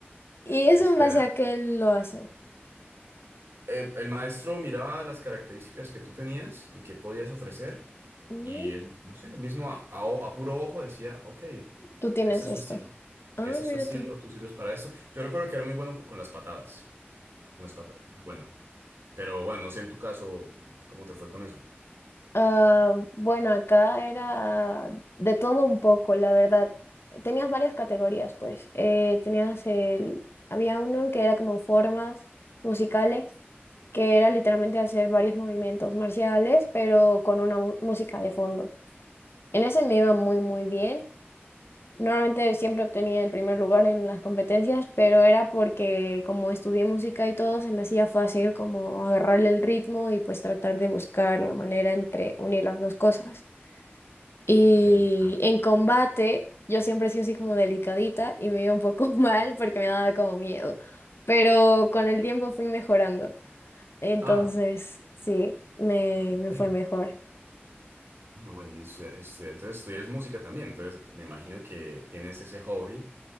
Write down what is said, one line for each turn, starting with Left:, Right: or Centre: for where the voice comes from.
Left: ¿Y
Right: Eh,
Left: eso
Right: espera.
Left: en base a qué lo hacen?
Right: Eh, el maestro miraba las características que tú tenías y que podías ofrecer
Left: Mm,
Right: y él, no sé, el mismo a, a o- a puro ojo decía, ok,
Left: Tú tienes
Right: este es
Left: esto.
Right: tu estilo.
Left: Ah,
Right: Este
Left: mira
Right: es tu estilo,
Left: tú.
Right: tú sirves para esto. Yo recuerdo que era muy bueno con las patadas. Unas patatas. Bueno, pero bueno, no sé en tu caso cómo te fue con eso.
Left: Ah, bueno, acá era de todo un poco, la verdad. Tenías varias categorías, pues. Eh, tenías el, había uno que era como formas musicales, que era literalmente hacer varios movimientos marciales, pero con una mu- música de fondo. En ese me iba muy, muy bien. Normalmente siempre obtenía el primer lugar en las competencias, pero era porque como estudié música y todo, se me hacía fácil como agarrarle el ritmo y pues tratar de buscar la manera entre unir las dos cosas. Y
Right: Ok, claro.
Left: en combate, yo siempre he sido así como delicadita y me iba un poco <laughs> mal porque me daba como miedo. Pero con el tiempo fui mejorando. Entonces,
Right: Ah,
Left: sí, me,
Right: ok.
Left: me fue mejor.
Right: No, bueno, y estu- estu- entonces estudias música también, entonces me imagino que tienes ese hobby.